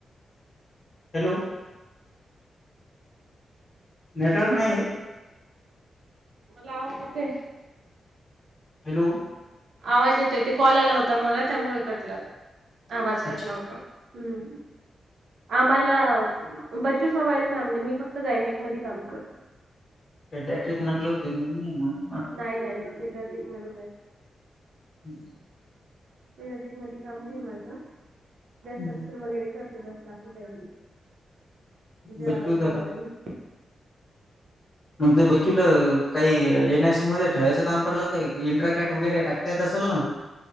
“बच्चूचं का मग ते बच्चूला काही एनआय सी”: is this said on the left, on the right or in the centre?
Left